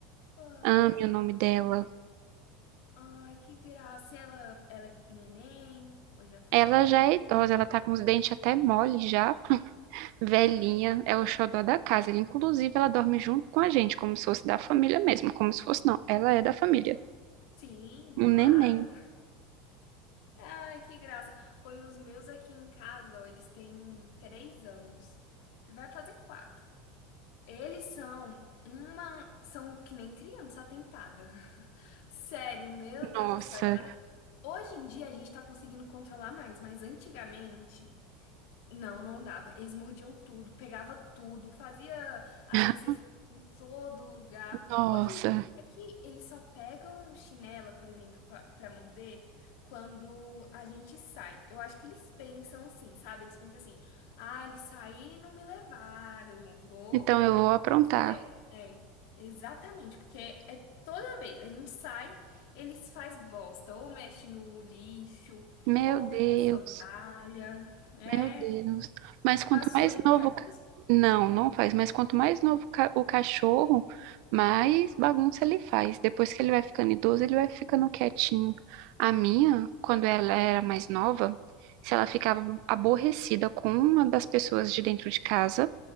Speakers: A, on the left; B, on the right.
A: fã!
B: Ame o nome dela.
A: Ai, que graça! E ela, ela é neném, hoje ela tá
B: Ela
A: mais velha.
B: já é idosa, ela tá com os dentes até mole já, velhinha,
A: Ai, que
B: é
A: dó!
B: o xodó da casa. Inclusive, ela dorme junto com a gente, como se fosse da família mesmo, como se fosse não, ela é da família.
A: Sim,
B: Um
A: claro!
B: neném.
A: Ai, que graça! Pois os meus aqui em casa, ó, eles têm três anos. Vai fazer quatro. Eles são uma. São que nem criança atentada. <laughs> Sério, meu Deus
B: Nossa,
A: do céu. É cada... Hoje em dia a gente tá conseguindo controlar mais, mas antigamente não, não dava. Eles mordiam tudo, pegava tudo, fazia as
B: <laughs>
A: necessidades em todo lugar.
B: nossa.
A: Hoje em dia é que eles só pegam chinela, por exemplo, pra, pra morder quando a gente sai. Eu acho que eles pensam assim, sabe? Eles pensam assim: "Ah, eles saíram e não me levaram. Vou,
B: Então eu vou
A: vou
B: aprontar.
A: fazer". É, exatamente, porque é toda vez a gente sai, eles faz bosta, ou mexe no lixo,
B: Meu
A: ou
B: Deus.
A: pega sandália. É
B: Meu Deus. Mas quanto
A: a sua
B: mais
A: ainda
B: novo.
A: faz
B: o ca-
A: isso?
B: Não, não faz. Mas quanto mais novo o ca- o cachorro, mais bagunça ele faz. Depois que ele vai ficando idoso, ele vai ficando quietinho. A minha, quando ela era mais nova, se ela ficava aborrecida com uma das pessoas de dentro de casa,